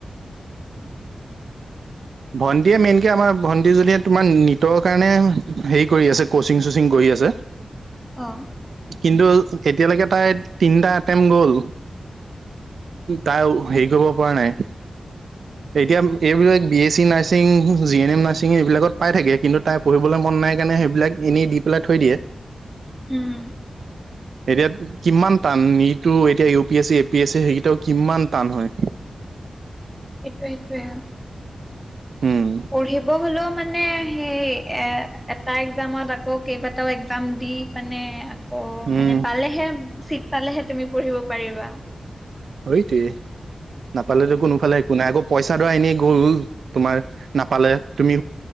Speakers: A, on the right (about 80°); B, in the centre.
A: ভণ্টিয়ে মেইনকে আমাৰ ভণ্টিজনিয়ে তোমাৰ নীটৰ কাৰণে হেৰি কৰি আছে কচিং চচিং কৰি আছে।
B: অ।
A: কিন্তু এতিয়ালৈকে তাই তিনিটা এটেম গ'ল! তাই হেৰি কৰিব পৰা নাই, এতিয়া এইবিলাক B S C nursing, G N M nursing এইবিলাকত পাই থাকে কিন্তু, তাই পঢ়িবলৈ মন নাই কাৰণে সেইবিলাক এনে দি পেলাই থৈ দিয়ে।
B: উম।
A: এতিয়া কিমান টান, নীতটো এতিয়া U P S C, A P S C সেইকেইটাও কিমান টান হয়।
B: সেইটোৱে সেইটোৱে অ।
A: উম।
B: পঢ়িব হলেও মানে সেই, এ এটা একজামত আকৌ কেইবাটাও একজাম দি, মানে আকৌ
A: উম
B: মানে পালেহে চিট পালেহে তুমি পঢ়িব পাৰিবা।
A: সইটয়ে। নাপালেতো কোনোফালে কোনাই আকৌ পইচাডৰা এনেই গ'ল, তোমাৰ নাপালে তুমি